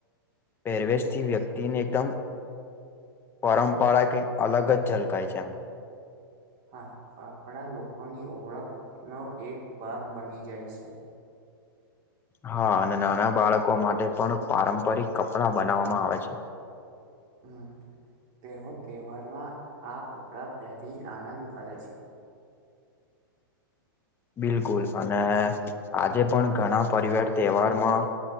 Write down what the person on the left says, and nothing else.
પહેરવેશ થી વ્યક્તિ ને એકદમ પરંપરા કઈ અલગ જ ઝલકાય છે એમ.
હા, અને નાના બાળકો માટે પણ પારંપરિક કપડા બનાવવામાં આવે છે.
બિલકુલ, અને આજે પણ ઘણા પરિવાર તહેવારમાં